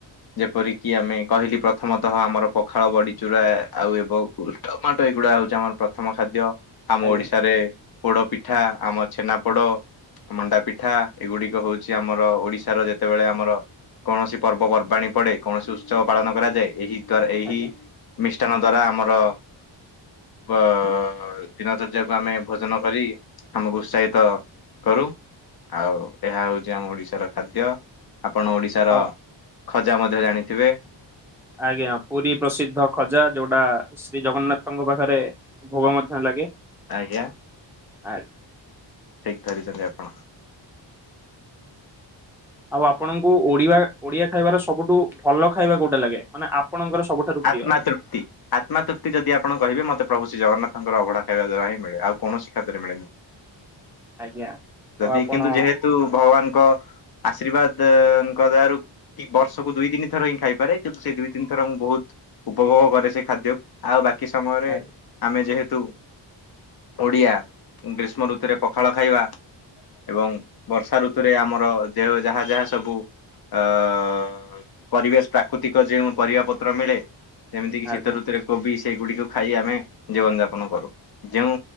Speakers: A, on the left; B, in the centre.
A: ଯେପରିକି ଆମେ କହିଲି ପ୍ରଥମତଃ ଆମର ପଖାଳ ବଡିଚୂରା ଆଉ ଏବଂ ଟମାଟୋ ଏଗୁଡା ହଉଚି ଆମର ପ୍ରଥମ ଖାଦ୍ୟ ଆମ
B: ଆଜ୍ଞା
A: ଓଡିଶାରେ ପୋଡ ପିଠା ଆମ ଛେନାପୋଡ, ମଣ୍ଡା ପିଠା ଏଗୁଡିକ ହଉଛି ଆମର ଓଡି ଶାର ଯେତେବେଳେ ଆମର କୌଣସି ପର୍ବପର୍ବାଣୀ ପଡେ କୌଣସି ଉତ୍ସବ ପାଳନ କରାଯାଏ ଏହି ତାର ଏହି
B: ଆଜ୍ଞା
A: ମିଷ୍ଟାନ ଦ୍ଵାରା ଆମର ବ ଦିନଚର୍ଯ୍ୟାକୁ ଆମେ ଭୋଜନ କରି ଆମକୁ ଉତ୍ସାହିତ କରୁ। ଆଉ ଏହା ହଉଚି ଆମ ଓଡିଶାର ଖାଦ୍ୟ। ଆପଣ ଓଡିଶାର
B: ଆଉ
A: ଖଜା ମଧ୍ୟ ଜାଣିଥିବେ?
B: ଆଜ୍ଞା ପୁରୀ ପ୍ରସିଦ୍ଧ ଖଜା ଯୋଉଟା ଶ୍ରୀ ଜଗନ୍ନାଥଙ୍କ ପାଖରେ ଭୋଗ ମଧ୍ୟ ଲାଗେ।
A: ଆଜ୍ଞା।
B: ଆ
A: ଠିକ୍ ଧରିଚନ୍ତି ଆପଣ।
B: ଆଉ ଆପଣଙ୍କୁ ଓଡିବା ଓଡିଆ ଖାଇବାର ସବୁଠୁ ଭଲ ଖାଇବା କୋଉଟା ଲାଗେ ମାନେ ଆ ପଣଙ୍କର ସବୁଠାରୁ ପ୍ରିୟ?
A: ଆତ୍ମା ତୃ ପ୍ତି ଆତ୍ମାତୃପ୍ତି ଯଦି ଆପଣ କହିବେ ମତେ ପ୍ରଭୁ ଶ୍ରୀ ଜଗନ୍ନାଥଙ୍କର ଅଭଡା ଖାଇବା ଦ୍ୱାରା ହିଁ ମିଳେ ଆଉ କୌଣସି ଖାଦ୍ୟରେ ମିଳେନି।
B: ଆଜ୍ଞା। ତ
A: ଯଦି
B: ଆପଣ
A: କିନ୍ତୁ ଯେହେତୁ ଭଗବାନଙ୍କ ଆଶୀର୍ବାଦଙ୍କ ଦୟାରୁ କି ବର୍ଷ କୁ ଦୁଇ ତିନି ଥର ହିଁ ଖାଇପାରେ କିନ୍ତୁ ସେଇ ଦୁଇ ତିନିଥର ମୁଁ ବହୁତ ଉପଭୋଗ କରେ ସେ ଖାଦ୍ୟକୁ ଆଉ ବାକି ସମୟରେ
B: ଆ
A: ଆମେ ଯେହେତୁ ଓଡିଆ ଗ୍ରୀଷ୍ମ ଋତୁରେ ପଖାଳ ଖାଇବା ଏବଂ ବର୍ଷା ଋତୁରେ ଆମର ଯେ ଯାହା ଯାହା ସବୁ ଅ ପରିବେଶ ପ୍ରାକୃତିକ ଯେଉଁ ପରିବା ପତ୍ର ମିଳେ ଯେମିତିକି ଶୀତ
B: ଆଜ୍ଞା
A: ଋତୁରେ କୋବି ସେଗୁଡିକୁ ଖାଇ ଆମେ ଜୀବନ ଯାପନ କରୁ। ଯେଉଁ